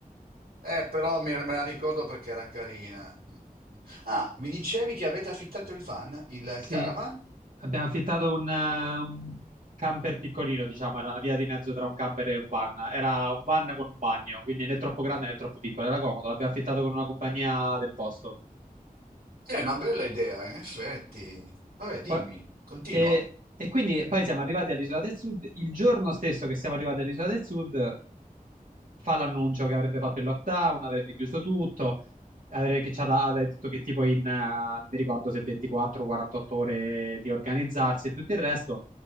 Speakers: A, on the right; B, on the right.
A: Eh, però mi- me la ricordo perché era carina. Ah, mi dicevi che avete affittato il van, il, il
B: Sì,
A: caravan?
B: abbiamo affittato un, eh, un camper piccolino, diciamo, era una via di mezzo tra un camper e un van. Era un van con un bagno, quindi né troppo grande né troppo piccolo, era comodo, l'abbiamo affittato con una compagnia del posto.
A: È una bella idea, in effetti. Vabbè, dimmi,
B: Poi-
A: continua.
B: e, e quindi poi siamo arrivati all'Isola del Sud. Il giorno stesso che siamo arrivati all'Isola del Sud, fa l'annuncio che avrebbe fatto il lockdown, avrebbe chiuso tutto, avrebbe, che ci ha, da- ha detto che tipo in, eh, non mi ricordo se 24 o 48 ore di organizzarsi e tutto il resto.